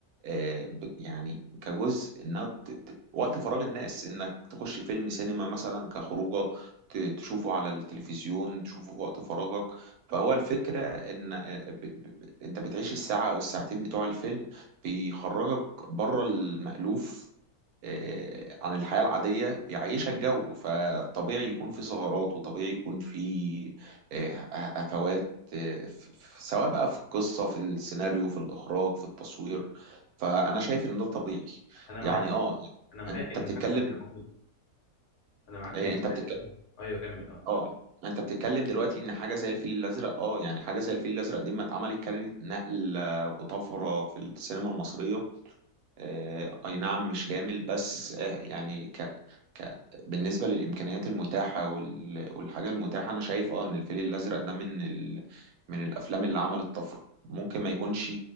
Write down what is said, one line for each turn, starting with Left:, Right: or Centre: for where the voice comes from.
Right: آه، ب- يعني كجزء انها ت- ت- وقت فراغ الناس انك تخش فيلم سينما مثلا كخروجه ت- تشوفه على التلفزيون تشوفه في وقت فراغك فهو الفكره ان انت بتعيش الساعة او الساعتين بتوع الفيلم بيخرجك بره المألوف آه، عن الحياة العادية بيعيشك جو فطبيعي يكون في ثغرات وطبيعي يكون في آه، هفوات آه، ف- ف- سواء بقى في القصة في السيناريو في الإخراج في التصوير فأنا شايف إن ده طبيعي
Left: انا معاك
Right: يعني آه
Left: انا معاك
Right: أنت
Left: ان
Right: بتتكلم
Left: حاجه زي كده موجوده انا معاك
Right: آه،
Left: ان حاجه
Right: أنت بتتكلم
Left: زي كده موجوده ايوه كمل اه
Right: اه انت بتتكلم دلوقتي ان حاجه زي الفيل الازرق اه يعني حاجه زي الفيل الازرق دي ما اتعملت كانت نقله وطفره في السينما المصريه آه اي نعم مش كامل بس آه يعني ك... ك... بالنسبه للامكانيات المتاحه وال... والحاجه المتاحه انا شايف اه ان الفيل الازرق ده من ال... من الافلام اللي عملت طفره ممكن ما يكونش